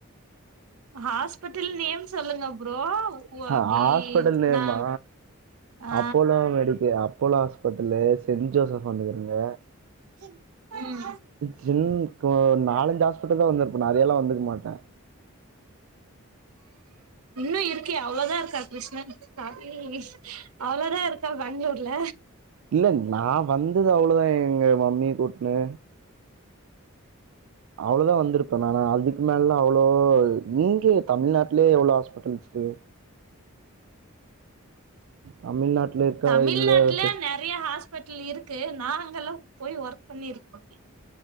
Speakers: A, on the right; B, on the right.
A: ஹாஸ்பிட்டல் நேம் சொல்லுங்க ப்ரோ ஓ
B: ஹ
A: அப்டி
B: ஹாஸ்பிட்டல் நேமா
A: நா ஆ
B: Apollo medical Apollo hospital saint Joseph வந்துக்கிறிங்க
A: ம்
B: சின் கோ நாலஞ்சு ஹாஸ்பிட்டல் தா வந்திருப்பபே நெறையல்லா வந்திருக்க மாட்ட
A: இன்னு இருக்கியா அவ்ளோதா இருக்கார் கிருஷ்ணன் <inaudible> அவ்ளோதா இருக்கா பெங்ளூர்ல
B: இல்ல நா வந்தது அவ்ளோதா எங்க மம்மிய கூட்ன்னு அவ்ளோதா வந்திருப்ப நாளா அதுக்கு மேல அவ்ளோ இங்கே தமிழ்நாட்டலே எவ்ளோ ஹாஸ்பிட்டல்ஸ் இருக்கு தமிழ்நாட்டுல இருக்கா
A: தமிழ்நாட்டுல
B: இல்ல ஃபெஸ்
A: நெறைய ஹாஸ்பிட்டல் இருக்கு நா அங்கெல்லா போய் ஒர்க் பண்ணி இருக்கோ